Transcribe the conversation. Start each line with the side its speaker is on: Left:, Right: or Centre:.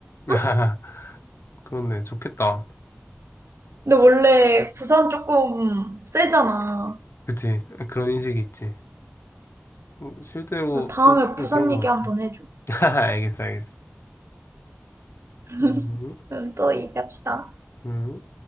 Left: <laughs>
Right: 응?
Left: 그렇네, 좋겠다.
Right: 근데 원래 부산 조금 세잖아.
Left: 그치? 그런 인식이 있지. 음, 실제로
Right: 다음에
Left: 또 좀
Right: 부산
Left: 그런 거
Right: 얘기
Left: 같아.
Right: 한번 해줘.
Left: <laughs> 알겠어, 알겠어.
Right: <laughs>
Left: 음,
Right: 또 얘기합시다.
Left: 음.